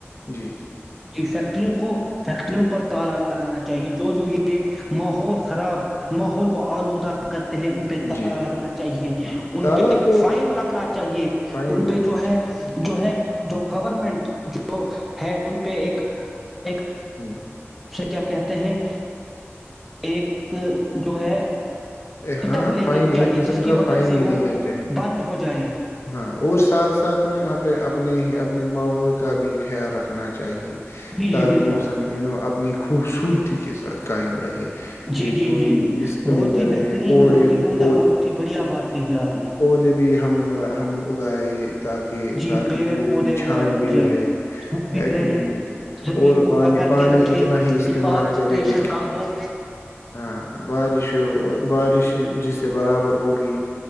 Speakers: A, on the left; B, in the centre.
A: جی جی
B: کی فیکٹریوں کو فیکٹریوں تالا لگانا چاہیے جو جو یہ ماحول خراب <unintelligible> ماحول کو آلودہ کرتے ہیں ان پہ تالا
A: جی
B: لگنا چاہیے
A: ہاں
B: ان
A: تالا
B: پہ
A: تو
B: فائن لگنا چاہیے
A: فائن
B: ان
A: لگنا
B: پہ جو ہے
A: چاہیے
B: جو ہے <unintelligible> جو گورنمنٹ جو ہے ان پہ ایک ایک
A: ہوں <unintelligible>
B: کیا کہتے ہیں ایک <unintelligible> جو ہے
A: ہاں
B: اسٹیپ
A: ہاں
B: لینی
A: فائن
B: چاہیے
A: ایک قسم
B: جس کی
A: کا
B: وجہ
A: فائن
B: سے
A: ہی
B: وہ
A: دینا چاہیے
B: بند ہو جائے
A: ہاں اور ساتھ ساتھ میں یہاں پہ اپنے ہی اپنے ماحول <unintelligible> کا بھی خیال رکھنا چاہیے <unintelligible>
B: جی
A: تاکہ
B: جی بالکل
A: موسم نو <unintelligible> اپنی خوبصورتی کے ساتھ قائم رہے <unintelligible>
B: جی
A: کہ
B: جی
A: کوئی
B: جی <unintelligible>
A: اس کمی
B: بہت
A: میں
B: ہی
A: رہے
B: بہترین
A: پڑے
B: بہت ہی عمدہ
A: پود
B: بہت ہی بڑھیا بات کہی ہے آپ نے
A: پودے بھی ہم ہم <unintelligible> گ گائے <unintelligible> تاکہ
B: جی
A: تاکہ
B: پیڑ
A: د
B: پودے
A: بچھاؤں
B: اگائے
A: بھی
B: جی
A: رہے
B: ہو بھی
A: ہے کہ
B: رہے
A: نہیں
B: زمین
A: اور
B: کو
A: پانی
B: پکڑ
A: پانی
B: کے رکھے
A: اتنا ہی استعمال
B: ڈیفارسٹریشن
A: کرے
B: کم ہو
A: ہاں <unintelligible> بارش بارش جس سے برابر ہوگی